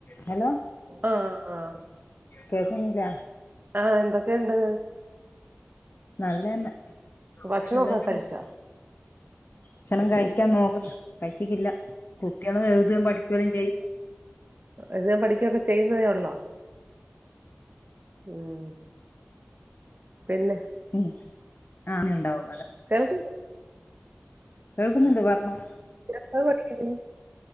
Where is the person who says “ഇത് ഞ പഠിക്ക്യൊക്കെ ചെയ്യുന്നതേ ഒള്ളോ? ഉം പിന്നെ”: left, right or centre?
Right